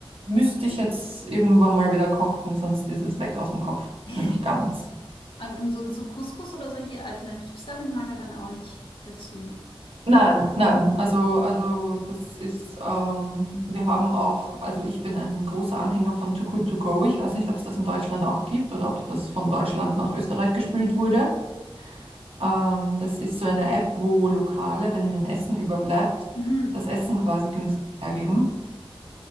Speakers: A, on the right (about 80°); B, on the left (about 65°).
A: müsste ich jetzt irgendwann mal wieder kochen, sonst ist es weg aus dem Kopf.
B: <laughs> Und,
A: Nämlich ganz.
B: und so, so Couscous oder solche Alternativsachen mag er dann auch nicht dazu.
A: Nein, nein. Also, also das ist, ähm, wir haben auch, also ich bin ein großer Anhänger von Too Good To Go. Ich weiß nicht, ob es das in Deutschland auch gibt oder ob das von Deutschland nach Österreich gespült wurde. Ähm, das ist so eine App, wo Lokale, wenn ihnen Essen überbleibt,
B: Mhm.
A: das Essen quasi günstig hergeben.